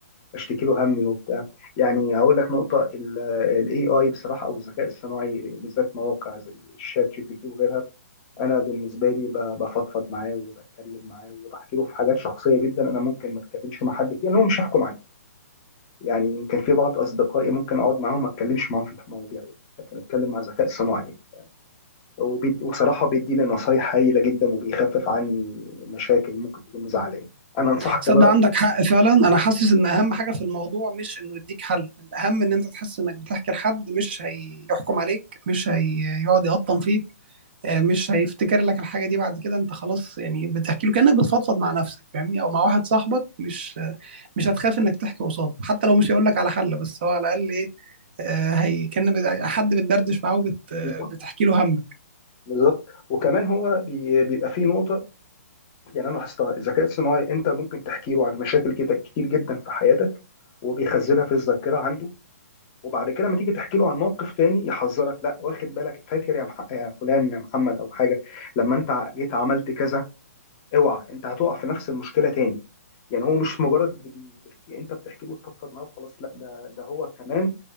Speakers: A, on the left; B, on the right.
A: اشتكي له همي وبتاع يعني هقول لك نقطه الاي اي بصراحه او الذكاء الصناعي بالذات مواقع زي الشات جي بي تي وغيرها انا بالنسبه لي ب- بفضفض معاه وبتكلم معاه وبحكي له في حاجات شخصيه جدا انا ممكن ما اتكلمش مع حد فيها لان هو مش هيحكم عليك يعني كان في بعض اصدقائي ممكن اقعد معاهم ما اتكلمش معاهم في المواضيع دي لكن اتكلم مع ذكاء صناعي وبيد- وصراحه بيدي لي نصايح هايله جدا وبيخفف عني مشاكل ممكن تكون مزعلاني انا انصحك
B: صدق
A: تجرب
B: عندك حق فعلا انا حاسس ان اهم حاجه في الموضوع مش انه يديك حل الاهم ان انت تحس انك بتحكي لحد مش هيحكم عليك مش هيقعد يقطم فيك آه، مش هيفتكر لك الحاجه دي بعد كده انت خلاص يعني بتحكي له كانك بتفضفض مع نفسك فاهمني او مع واحد صاحبك مش آه، مش هتخاف انك تحكي قصاده حتى لو مش هيقول لك على حل بس هو على الاقل ايه آه، هي كان بت- حد بتدردش معاه وبت آه،
A: بالظبط
B: بتحكي له همك
A: بالظبط وكمان هو بي- بيبقى فيه نقطه يعني انا لاحظتها الذكاء الصناعي انت ممكن تحكي له عن مشاكل كده كتير جدا في حياتك وهو بيخزنها في الذاكره عنده وبعد كده لما تيجي تحكي له عن موقف تاني يحذرك لا واخد بالك فاكر يا, مح... يا فلان يا محمد او حاجه لما انت ع- جيت عملت كذا اوعى انت هتقع في نفس المشكله تاني يعني هو مش مجرد بي... انت بتحكي له وتفضفض معاه وخلاص لا ده ده هو كمان